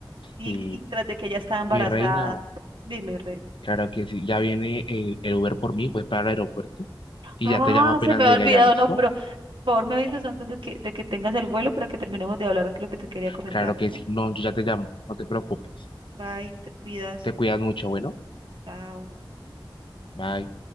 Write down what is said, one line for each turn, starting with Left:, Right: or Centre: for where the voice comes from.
Right: y,
Left: Sí,
Right: y tras de que ella estaba embarazada,
Left: mi reina.
Right: dime, Rey.
Left: Claro que sí, ya viene el, el Uber por mí, voy para el aeropuerto y
Right: Ah,
Left: ya te llamo apenas
Right: se me ha
Left: llegue
Right: olvidado,
Left: allá, ¿listo?
Right: no, pero por favor me avisas antes de que, de que tengas el vuelo para que terminemos de hablar de lo que te quería comentar,
Left: Claro
Right: ¿no?
Left: que sí, no, yo ya te llamo, no te preocupes.
Right: Bye, te cuidas.
Left: Te cuidas mucho, bueno,
Right: Chao.
Left: bye.